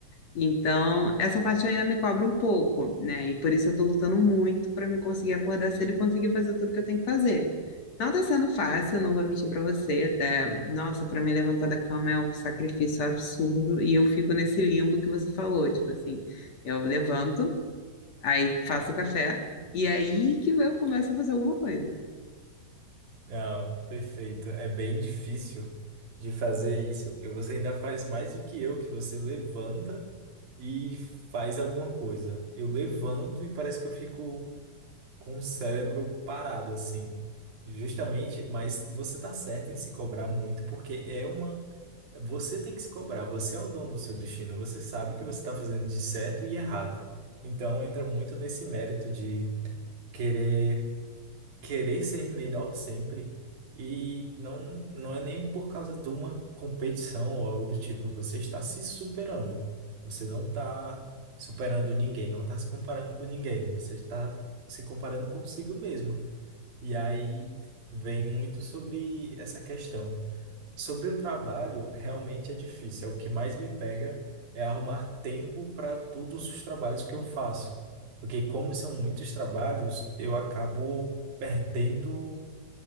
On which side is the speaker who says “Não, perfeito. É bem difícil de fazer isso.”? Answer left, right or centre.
Right